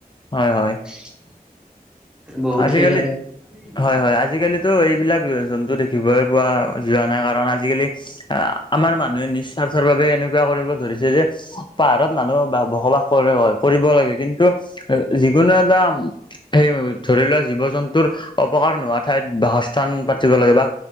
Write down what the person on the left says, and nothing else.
হয় হয়।
আজিকালি
হয় হয় আজিকালি তো এইবিলাক জন্তু দেখিবলৈ পোৱা যোৱা নাই কাৰণ আজিকালি আমাৰ মানুহে নিজ স্বাৰ্থৰ বাবে এনেকোৱা কৰিব ধৰিছে যে পাহাৰত মানুহ বা বসবাস কৰে হয় কৰিব লাগে কিন্তু যিকোনো এটা হেই ধৰি লোৱা জীৱ জন্তুৰ অপকাৰ নোহোৱা ঠাইত বাসস্থান পাতিব লাগে বা